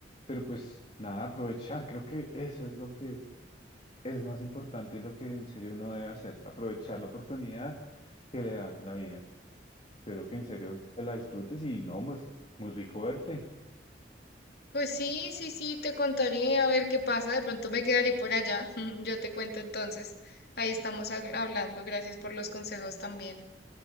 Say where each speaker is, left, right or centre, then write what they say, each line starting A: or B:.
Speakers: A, on the left; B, on the left.
A: pero pues nada, aprovechar, creo que eso es lo que es más importante y lo que en serio uno debe hacer, aprovechar la oportunidad que le da la vida. Espero que en serio te la disfrutes y no, pues muy rico verte.
B: Pues sí, sí, sí, te contaré a ver qué pasa. De pronto me quedaré por allá. <laughs> Yo te cuento entonces. Ahí estamos ag- hablando. Gracias por los consejos también.